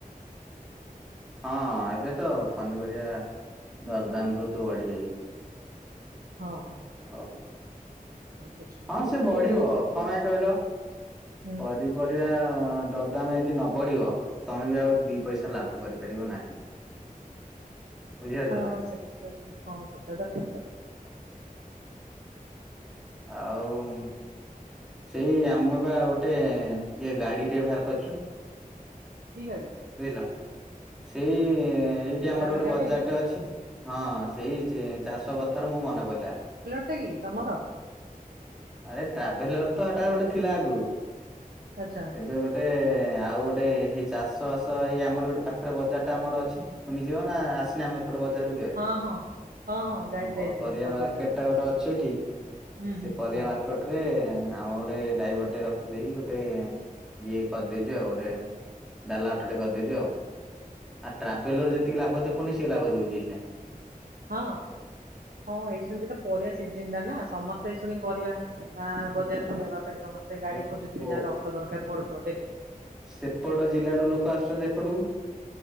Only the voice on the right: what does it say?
ହଉ।
ସେଥିଲାଗି
ଟିକେ
ଏମିତି
ଆଉ
ହୁଁ
ହଁ
ସେଟା ତ ହଁ ସେଟା ତ ଠିକ୍ କଥା।
କି ଗାଡି?
ଭଡା
ଲଗେଇବା
ପାଇଁ
ଏଟା କି ତମର?
ଆଚ୍ଛା।
ହଁ ହଁ ହଁ ହଁ ଯାଇ
ଯାଇଛି
ବଜାର
ଟା
ହୁଁ
ହୁଁ
ହୁଁ
ଆ-
ହଁ ହଁ ଏଇ ସୂଣି ବି ତ ପରିବା ସିଜିନଟା ନା? ସମସ୍ତେ ଏଇ ଶୁଣି ପରିବା ଆ ବଜାରକୁ ନେବା ପାଇଁ ସମସ୍ତେ ଗାଡି
ଖୋଜୁଥିବେ
ଯାହାହେଲେ ଅ ଟ ଦରକାର ପଡୁଥିବ ଡେଲି।